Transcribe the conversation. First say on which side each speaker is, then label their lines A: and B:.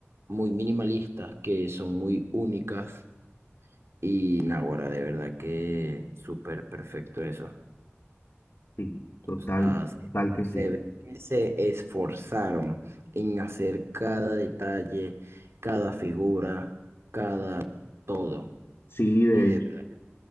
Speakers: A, on the right; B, on the left.
A: muy minimalistas, que son muy únicas. Y Naguará, de verdad que súper perfecto eso.
B: Sí,
A: O
B: total,
A: sea, se,
B: total que
A: se
B: sí.
A: ve que se esforzaron en hacer cada detalle, cada figura, cada todo.
B: Sí, de
A: Y de
B: hecho,
A: verdad,